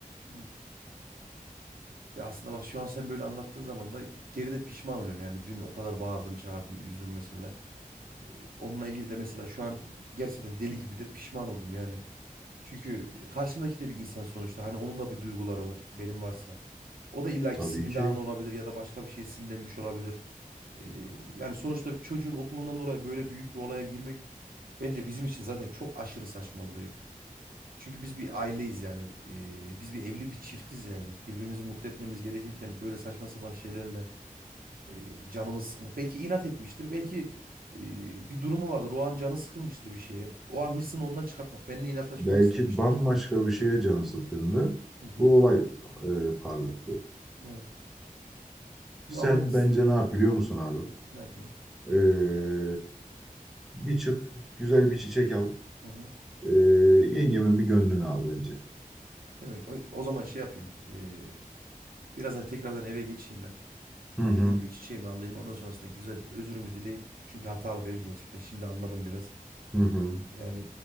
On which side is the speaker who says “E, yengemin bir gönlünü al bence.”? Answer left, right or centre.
Centre